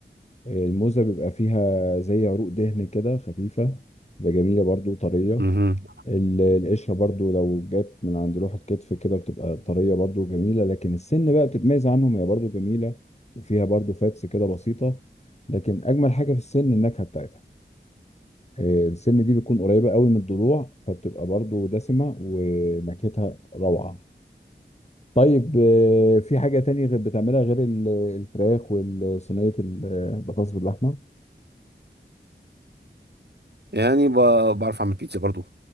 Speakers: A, on the left; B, on the right.
A: الموزة بيبقى فيها زي عروق دهن كده خفيفة بتبقى جميلة برضو طرية
B: مهم.
A: ال- القشرة برضو لو جت من عند لوح الكتف كده بتبقى طرية برضو جميلة لكن السن بقى بتتميز عنهم هي برضو جميلة وفيها برضو فاتس كده بسيطة لكن أجمل حاجة في السن النكهة بتاعتها آه، السن دي بتكون قريبة قوي من الضلوع فبتبقى برضو دسمة ونكهتها روعة طيب آه، في حاجة تانية غير بتعملها غير ال- الفراخ وصينية البطاطس باللحمة
B: يعني ب- بعرف أعمل بيتزا برضو